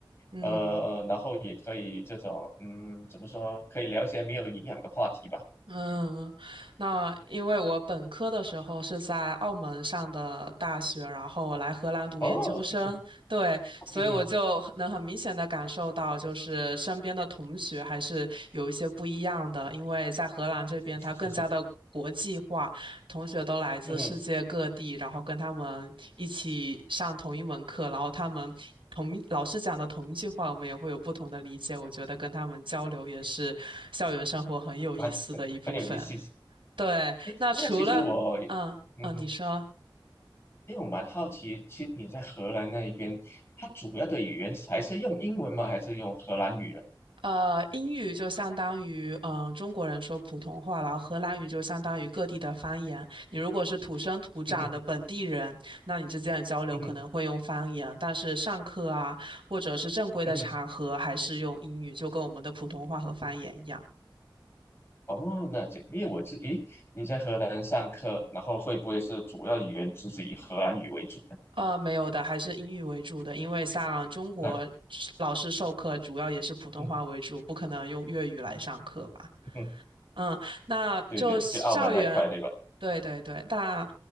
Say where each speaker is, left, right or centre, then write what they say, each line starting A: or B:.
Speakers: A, on the right; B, on the left.
A: 嗯。
B: 呃，然后也可以这种嗯，怎么说，可以聊一些没有营养的话题吧。
A: 嗯，那因为我本科的时候是在澳门上的大学，然后来荷兰读研究生，
B: 哦，<laughs>
A: 对，所以我就很能很明显的感受到，
B: 嗯哼，
A: 就是身边的同学还是有一些不一样的，因为在荷兰这边它更加的。
B: 是是是是，
A: 国际化。同学都来自世界各地，
B: 嗯哼，
A: 然后跟他们一起上同一门课，然后他们同一老师讲的同一句话，我们也会有不同的理解。我觉得跟他们交流也是校园生活很有意思的一部分。
B: 蛮很很有意思。
A: 对，
B: 诶，
A: 那除了嗯嗯，
B: 那其实我。嗯，
A: 你说。
B: 因为我蛮好奇，其实你在荷兰那一边，它主要的语言还是用英文吗？还是用荷兰语呢？
A: 呃，英语就相当于嗯、呃中国人说普通话，然后荷兰语就相当于各地的方言。你如果是土生土长的本地人，
B: 嗯哼，
A: 那你之间的交流可能会用方言，
B: 嗯哼，
A: 但是上课啊，或者是正规的场合，
B: 嗯哼。
A: 还是用英语，就跟我们的普通话和方言一样。
B: 哦，那这，因为我自诶，你在荷兰上课，然后会不会是主要语言就是以荷兰语为主呢？
A: 呃，没有的，还是英语为主的，因为像中国老师授课主要也是普通话为主，
B: 那，嗯嗯
A: 不可能用粤语来上课吧。
B: 哼，
A: 嗯，那就校园，
B: 对对，就澳门那一块，对吧？
A: 对对对，那